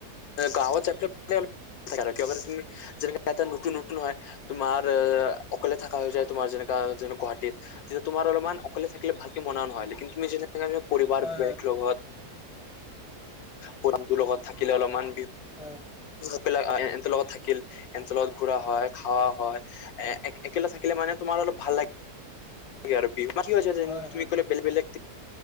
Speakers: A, on the left (about 70°); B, in the centre.
A: গাঁৱত যাব। আৰু তুমি যেনেে এটা নতুন নতুন হয় তোমাৰ মা অকলে থাকা হযা তোমাৰ যেনে- যেনো গুৱাহাটত তেতিয়া তোমাৰ অলপমান অকলে থাকিলে ভালকে মনাও নহয় তুমি যে- পৰিবাৰ
B: হয় হয় হয় হয়
A: বগ লগত পৰিমটো লগত থাকিলে অলপমান-
B: উ
A: এলোক এৰ লগত থাকিল এতৰ লগত ঘুৰা হয় খাৱা হয়। এ একো থাকিলে মানে তোমাৰ অলপ ভাল লাগে আৰু বিহু- কি হৈছে যে
B: হয়
A: তুমি
B: হয়
A: ক বেগ অ বেলেগ